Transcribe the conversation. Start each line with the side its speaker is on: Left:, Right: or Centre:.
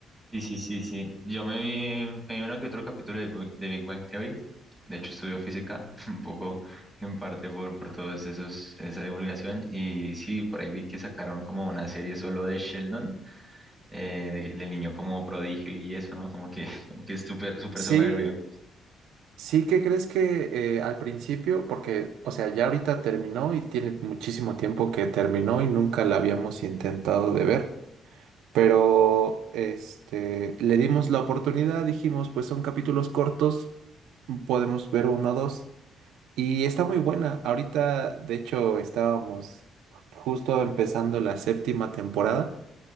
Centre: Sí, sí, sí, sí. Yo me vi, me vi uno que otro capítulo de, Bu- de Big Bang Theory. De hecho, estudio física, <laughs> un poco en parte por, por todos esos, esa divulgación. Y sí, por ahí vi que sacaron como una serie solo de Sheldon, eh, de- del niño como prodigio y eso, ¿no? Como que, <laughs> como que es súper, súper
Right: Sí,
Centre: soberbio.
Right: Sí, ¿qué crees que eh, al principio? Porque, o sea, ya ahorita terminó y tiene muchísimo tiempo que terminó y nunca la habíamos intentado de ver. Pero, este, le dimos la oportunidad, dijimos, pues son capítulos cortos, podemos ver uno o dos. Y está muy buena. Ahorita, de hecho, estábamos justo empezando la séptima temporada.